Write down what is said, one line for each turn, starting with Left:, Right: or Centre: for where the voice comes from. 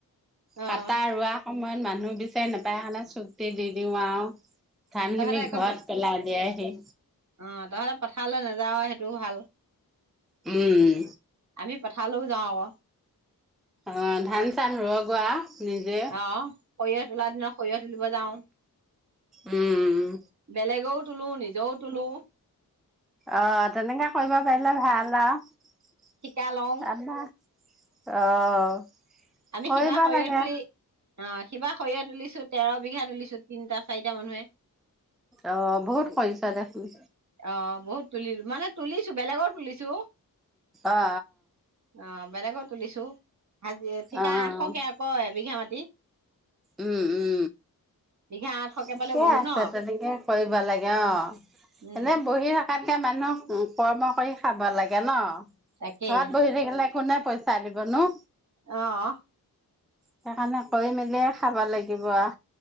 Right: অ',
Centre: কটা ৰোৱা সময়ত মানুহ বিচাৰি নোপায় কাৰণে চুক্তি দি দিও আৰু। ধানখিনি
Right: তহঁতে আকৌ
Centre: ঘৰত পেলায় দিয়ে আহি।
Right: অ', তহতে পথাৰলৈ নাযাৱয়ে সেইটোও ভাল।
Centre: উম'।
Right: আমি পথাৰলৈও যাওঁ আকৌ।
Centre: অ', ধান চান ৰ গোৱা নিজে।
Right: অ', সৰিয়হ তোলাৰ দিনত সৰিয়হ তুলিব যাওঁ
Centre: উম'।
Right: বেলেগও তোলো নিজও তোলো।
Centre: অ', তেনেকে কৰিব পাৰিলে ভাল। <unintelligible>
Right: শিকা লওঁ
Centre: অ'
Right: আমি
Centre: কৰিব
Right: সিবাৰ সৰিয়হ
Centre: লাগে
Right: তুলি অ সিবা সৰিয়হ তুলিছো তেৰ বিঘা তোলিছো তিনটা চাৰিটা মানুহে।
Centre: অ বহুত কৰিছা দেখোন।
Right: অ বহুত তুলিলো মানে তুলিছো বেলেগৰ তুলিছো।
Centre: অ অ।
Right: অ বেলেগৰ তুলিছো হাজি ঠিক
Centre: অ', অ',
Right: আঠশকে আক এবিঘা মাটিত।
Centre: উম উম।
Right: বিঘা আঠশকে
Centre: ঠিকে
Right: পালেও বহুত
Centre: আছে
Right: ন
Centre: তেনেকে কৰিব লাগে অ
Right: উম।
Centre: এনে বহি থাকো। তাকে মানুহ কৰ্ম কৰি খাব লাগে ন
Right: তাকেই
Centre: ঘৰত বহি থাকিলে কোনে পইচা, চা দিব নো।
Right: অ।
Centre: সেইকাৰণে কৰি মেলি এই খাব লাগিব আউ।